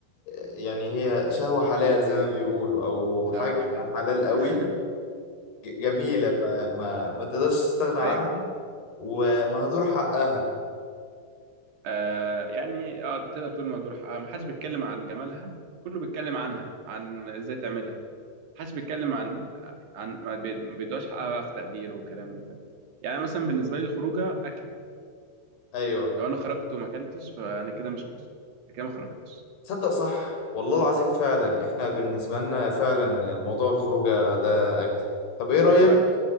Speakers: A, on the left; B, on the right.
A: يعني هي شهوة حلال زي ما بيقولوا أو
B: في
A: حاجة
B: اول حلال
A: حلال
B: <laughs>
A: قوي ج- جميلة ما, ما, ما تقدرش تستغنى عنها
B: ايوه
A: ومهدور حقها
B: آه يعني اه تقدر تقول مهدور حقها ما حدش بيتكلم عن جمالها كله بيتكلم عنها عن ازاي تعملها ما حدش بيتكلم عن عن ما بي- ما بيدوش حقها بقى في تقدير وكلام وبتاع يعني مثلا بالنسبه لي الخروجه اكله
A: أيوه
B: لو انا خرجت وما اكلتش فانا كده مش مبسوط أنا كده ما خرجتش
A: تصدق صح والله العظيم فعلا إحنا بالنسبة لنا فعلا موضوع الخروجة ده أكل طب إيه رأيك
B: اكله